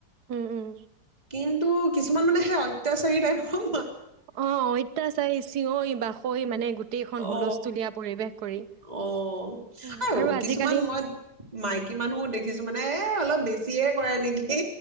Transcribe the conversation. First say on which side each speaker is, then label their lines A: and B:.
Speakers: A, on the right (about 60°); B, on the right (about 20°).
A: উম উম
B: কিন্তু কিছুমান মানে সেই অত্যাচাৰী টাইপহৰ
A: অইতাচাৰি চিঞৈৰি বাাসৈ মানে গোটেইখন
B: অ
A: হুলস্থুলীয়া পৰিৱেশ। কৰি
B: অ'
A: অ
B: আৰু
A: আজিকালি
B: কিছুমান মই মাইকী মানুহ দেখিছো মানে অলপ বেছিয়ে কৰে নেকি?